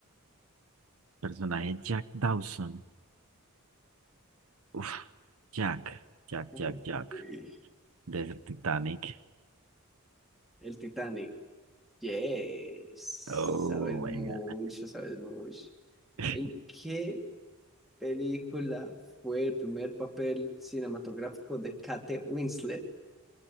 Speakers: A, on the right (about 75°); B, in the centre.
A: Personaje Jack Dawson. Uf, Jack, Jack,
B: <laughs>
A: Jack, Jack. De Titanic.
B: El Titanic. Yes.
A: Oh
B: Sabes mucho,
A: my God.
B: sabes mucho.
A: <laughs>
B: ¿En qué película fue el primer papel cinematográfico de Kate Winslet?